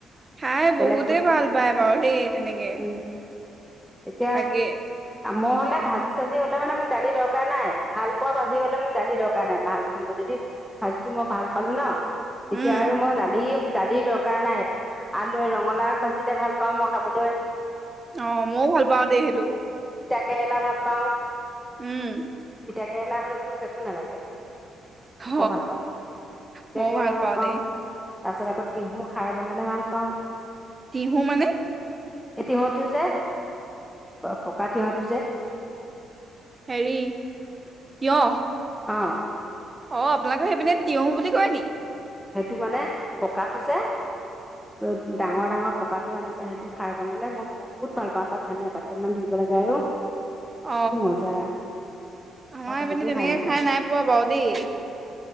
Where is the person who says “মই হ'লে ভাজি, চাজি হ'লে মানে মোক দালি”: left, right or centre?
Centre